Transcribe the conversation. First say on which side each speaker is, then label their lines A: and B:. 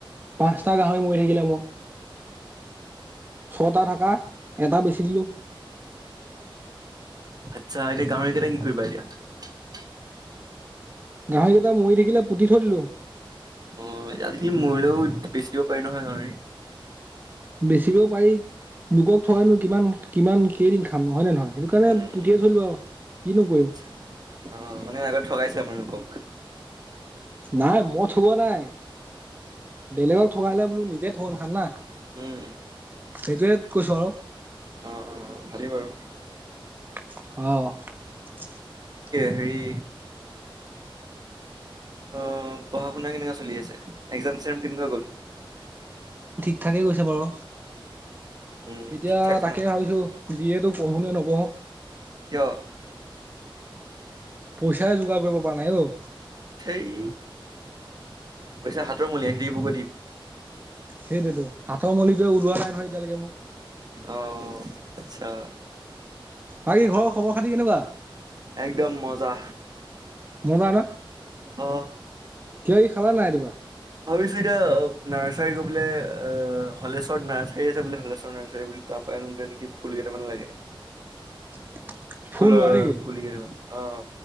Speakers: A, on the right (about 20°); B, on the right (about 45°).
A: পাঁচটা গাহৰি ম থাকে ম ছটা থাকা এটা বেচি দিলো
B: আচ্ছা এতিয়া গাহৰিকেইটা কি কৰিবা এতিয়া
A: গাহৰিকেইটা মৰি থাকিলে পুতি থৰিলো
B: অ আজিকালি মৰিলেও বেছি দিব পাৰি নহয় ন
A: বেচিবও পাৰি লোকক থয়নো
B: উম
A: কিমান কিমান কেইদিন খাম নহয় নে নহয় সেইটো কাৰণে
B: উম
A: পঠিয়াই
B: উম,
A: থৈলো আৰু কি নকৰিম
B: আচ্ছা অ মানে আগত ঠগাইছে আপালোকক
A: নাই মই থোৱা নাই বেলেগক থকিলে বোলো নিজে থ খান না
B: উম
A: সেইটোৱে কৈছো আৰু
B: অ অ ভালেই বাৰু
A: অ
B: সেৰি অ পঢ়া শুনা কেনেকুৱা চলি আছে, একজাম চেকজাম কেনেকুৱা গ'ল?
A: থাকে গৈছে বাৰু,
B: উম
A: এতিয়া
B: ঠিক ঠাক
A: তাকে
B: ন
A: ভাবিছো বি এটো পঢ়ো নে নপঢ়ো?
B: কিয়?
A: পইচাই যোগাৰ কৰিব পৰা নাই অ।
B: ধেই, পইচা হাতৰ মইলা <unintelligible>
A: সেইটোতো হাতৰ মলিটে ওলোৱা নাই নহয় এতিয়ালৈকে মোৰ।
B: অ আচ্ছা।
A: বাকী ঘৰৰ খবৰ খাতি কেনেকুৱা?
B: একদম মজা।
A: মজা ন
B: অ
A: কিবা কিবি খালা নাই ৰাতিপুৱা
B: ভাবিছোঁ এতিয়া নাৰচ <unintelligible> হলেশ্বৰ নাৰ্চাৰী আছে বুলে হলেশ্বৰ নাৰ্চাৰী বুলি তাৰপৰাই ৰুৱগে নেকি ফুল কেইটামান <unintelligible>
A: <unintelligible> ফুল
B: ফুলৰ
A: ৰোৱা নেকি
B: পুলি কেইটামান অ।